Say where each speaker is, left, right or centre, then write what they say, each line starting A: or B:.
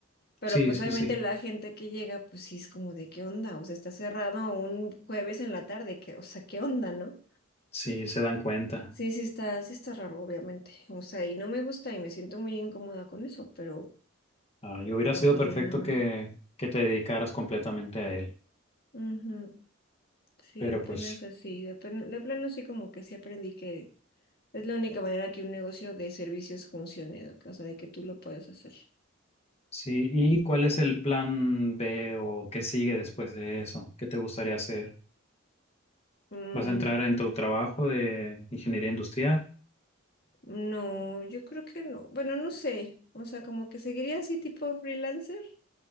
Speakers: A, on the left; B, on the left.
A: pero
B: sí,
A: pues
B: sí,
A: obviamente
B: sí.
A: la gente que llega, pues sí es como de qué onda, o sea, está cerrado un jueves en la tarde, que, o sea, qué onda, ¿no?
B: Sí, se dan cuenta.
A: Sí, sí está, sí está raro, obviamente, o sea, y no me gusta y me siento muy incómoda con eso, pero,
B: Ay, hubiera
A: pero
B: sido
A: pues
B: perfecto
A: no hay nada.
B: que, que te dedicaras completamente a él.
A: Ujú. Sí,
B: Pero
A: apenas
B: pues,
A: así. De, plan- de plano sí como que sí aprendí que es la única manera que un negocio de servicios funcione, o sea, de que tú lo puedes hacer.
B: sí. ¿Y cuál es el plan B o qué sigue después de eso? ¿Qué te gustaría hacer?
A: Mm,
B: ¿Vas a entrar en tu trabajo de ingeniería industrial?
A: no, yo creo que no. Bueno, no sé. O sea, como que seguiría así tipo freelancer.